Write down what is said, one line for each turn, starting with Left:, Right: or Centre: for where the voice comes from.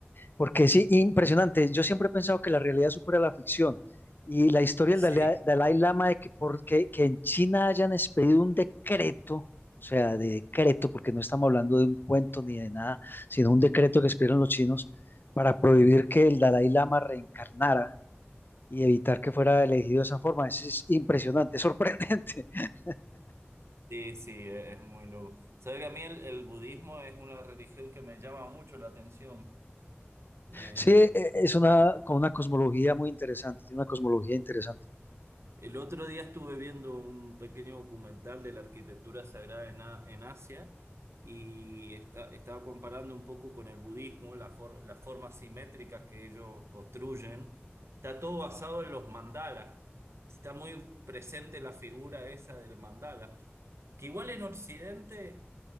Left: Porque es i- impresionante. Yo siempre he pensado que la realidad supera la ficción. Y la historia
Right: Sí.
Left: del Dalai, Dalai Lama de que, porque que, en China hayan expedido un decreto, o sea, de decreto, porque no estamos hablando de un cuento ni de nada, sino un decreto que expidieron los chinos para prohibir que el Dalai Lama reencarnara y evitar que fuera elegido de esa forma. Eso es impresionante, es sorprendente. <laughs>
Right: Sí, sí, es muy loco. Sabes que a mí el, el budismo es una religión que me llama mucho la atención. Me,
Left: Sí, e- es una, con una cosmología muy interesante, tiene una cosmología interesante.
Right: El otro día estuve viendo un pequeño documental de la arquitectura sagrada en, A- en Asia y esta- estaba comparando un poco con el budismo, la for- las formas simétricas que ellos construyen. Está todo basado en los mandalas. Está muy presente la figura esa del mandala, que igual en Occidente